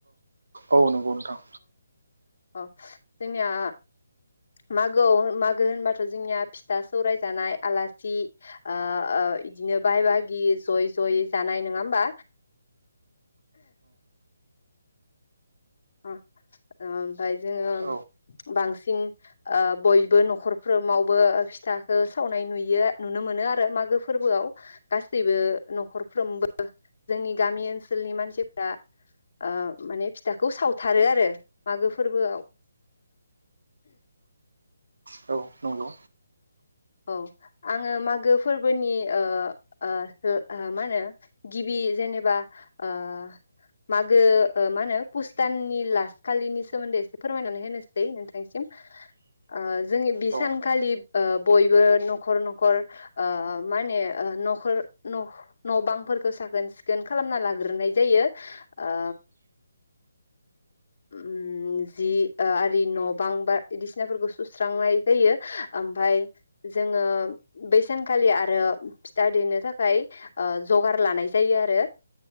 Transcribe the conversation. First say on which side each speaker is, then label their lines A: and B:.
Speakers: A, on the right; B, on the left.
A: अ नंगौ नोंथां
B: अ जोंनिया मागोआव मागो होनबाथ' जोंनिया फिथा सौराय जानाय आलासि ओ ओ इदिनो बाहाय बाहागि जयै जयै जानाय नङा होमबा? उम ओमफाय जोङो
A: औ
B: बांसिन ओ बयबो नखरफ्रोमावबो फिथाखौ सावनाय नुयो नुनो मोनो आरो मागो फोरबोआव गासैबो नखरफ्रोमबो जोंनि गामि ओनसोलनि मानसिफोरा ओ माने फिथा खौ सावथारो आरो मागो फोरबोआव
A: औ नंगौ
B: औ आङो मागो फोरबोनि ओ ओ मा होनो गिबि जेनेबा ओ मागो ओ मा होनो पुस दाननि लास खालिनि सोमोन्दै एसे फोरमायनानै होनोसै नोंथांसिम ओ जोंनि बि
A: औ
B: सानखालि ओ बयबो नखर नखर ओ मा होनो ओ नखर न नबांफोरखौ साखोन सिखोन खालामना लाग्रोनाय जायो ओ ओम जि ओ आरि न' बां बायदिसिनाफोरखौ सुस्रांनाय जायो आमफाय जोङो बै सानखालि आरो फिथा देनो थाखाय ओ जगार लानाय जायो आरो